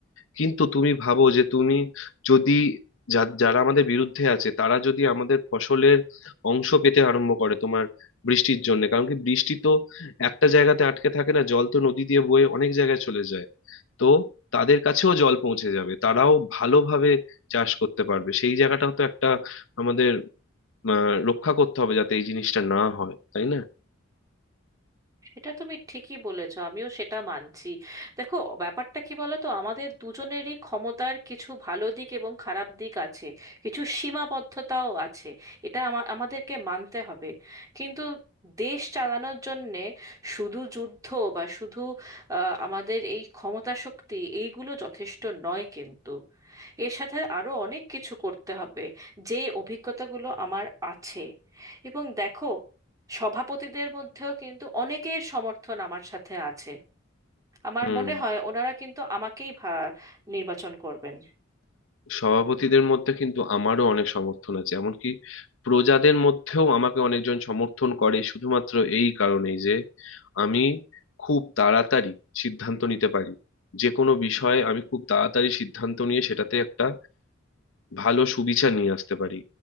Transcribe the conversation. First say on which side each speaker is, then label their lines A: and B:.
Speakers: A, on the left; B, on the right.
A: কিন্তু তুমি ভাবো যে তুমি যদি যা- যারা আমাদের বিরুদ্ধে আছে তারা যদি আমাদের ফসলের অংশ পেতে আরম্ভ করে তোমার বৃষ্টির জন্য কারণ কি বৃষ্টি তো একটা জায়গাতে আটকে থাকে না জল তো নদী দিয়ে বয়ে অনেক জায়গায় চলে যায় তো তাদের কাছেও জল পৌঁছে যাবে তারাও ভালোভাবে চাষ করতে পারবে সেই জায়গাটাও তো একটা আমাদের আহ রক্ষা করতে হবে যাতে এই জিনিসটা না হয় তাই না
B: এটা তুমি ঠিকই বলেছো আমিও সেটা মানছি দেখো ব্যাপারটা কি বলো তো আমাদের দুজনেরই ক্ষমতার কিছু ভালো দিক এবং খারাপ দিক আছে কিছু সীমাবদ্ধতাও আছে এটা আমা- আমাদেরকে মানতে হবে কিন্তু দেশ চালানোর জন্যে শুধু যুদ্ধ বা শুধু আহ, আমাদের এই ক্ষমতা শক্তি এইগুলো যথেষ্ট নয় কিন্তু এর সাথে আরো অনেক কিছু করতে হবে যেই অভিজ্ঞতাগুলো আমার আছে এবং দেখো সভাপতিদের মধ্যেও কিন্তু অনেকের সমর্থন আমার সাথে আছে আমার
A: হুম
B: মনে হয় ওনারা কিন্তু আমাকেই ভা- নির্বাচন করবেন
A: সভাপতিদের মধ্যে কিন্তু আমারও অনেক সমর্থন আছে এমনকি প্রজাদের মধ্যেও আমাকে অনেকজন সমর্থন করে শুধুমাত্র এই কারণেই যে আমি খুব তাড়াতাড়ি সিদ্ধান্ত নিতে পারি যে কোনো বিষয়ে আমি খুব তাড়াতাড়ি সিদ্ধান্ত নিয়ে সেটাতে একটা ভালো সুবিচার নিয়ে আসতে পারি